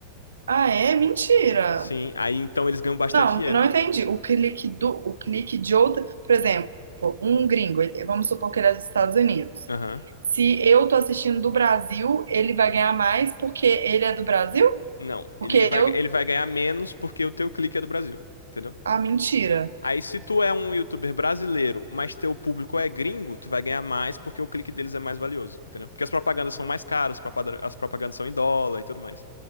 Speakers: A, on the right; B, on the left.
A: Ah, é? Mentira!
B: Sim, aí então eles ganham bastante
A: Não,
B: dinheiro.
A: eu não entendi. O clique do, o clique de outra, por exemplo, um gringo, ele- vamos supor que ele é dos Estados Unidos.
B: Aham.
A: Se eu tô assistindo do Brasil, ele vai ganhar mais porque ele é do Brasil?
B: Não,
A: Porque
B: ele vai,
A: eu.
B: ele vai ganhar menos porque o teu clique é do Brasil. entendeu?
A: Ah, mentira.
B: Aí, se tu é um youtuber brasileiro, mas teu público é gringo, tu vai ganhar mais porque o clique deles é mais valioso, entendeu? Porque as propagandas são mais caras, as propada- as propagandas são em dólar e tudo mais.